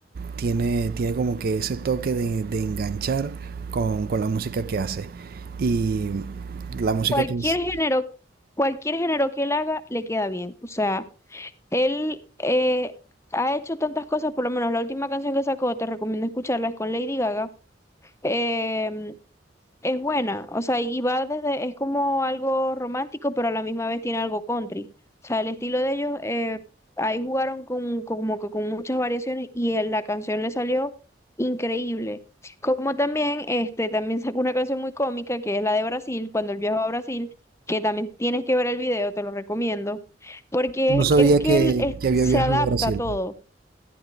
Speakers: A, on the right; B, on the left.
A: tiene, tiene como que ese toque de, de enganchar con, con la música que hace. Y la música
B: Cualquier
A: que... es-
B: género, cualquier género que él haga, le queda bien. O sea, Él eh, ha hecho tantas cosas, por lo menos la última canción que sacó, te recomiendo escucharla, es con Lady Gaga. Em, es buena, o sea, y va desde, es como algo romántico, pero a la misma vez tiene algo country. O sea, el estilo de ellos, eh, ahí jugaron con, con- como que con muchas variaciones y en la canción le salió increíble. Como también, este, también sacó una canción muy cómica que es la de Brasil, cuando él viajó a Brasil, que también tienes que ver el video, te lo recomiendo porque
A: No sabía
B: es que
A: que,
B: él es-
A: que había
B: se
A: viajado
B: adapta
A: a Brasil.
B: a todo.